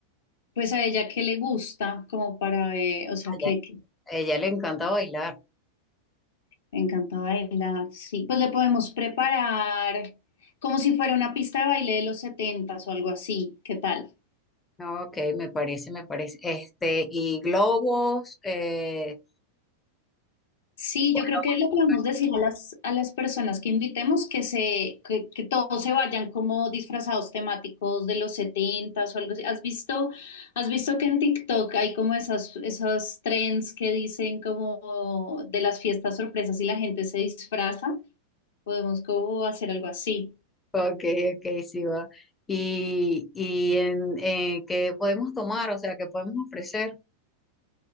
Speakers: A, on the left; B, on the left.
A: Pues a ella que le gusta, como para, eh, o sea,
B: ella,
A: que, que
B: a ella le encanta bailar.
A: me encanta bailar, sí. Pues le podemos preparar como si fuera una pista de baile de los setentas o algo así, ¿qué tal?
B: Ok, me parece, me parece. Este, y globos, eh,
A: Sí,
B: <laughs>
A: yo creo que le podemos decir a las, a las personas que invitemos que se, que, que todos se vayan como disfrazados temáticos de los setentas o algo así. ¿Has visto, has visto que en TikTok hay como esas, esos trends que dicen como de las fiestas sorpresas y la gente se disfraza? Podemos como hacer algo así.
B: ok, ok, sí va. Y, y en, eh, ¿qué podemos tomar? O sea, ¿qué podemos ofrecer?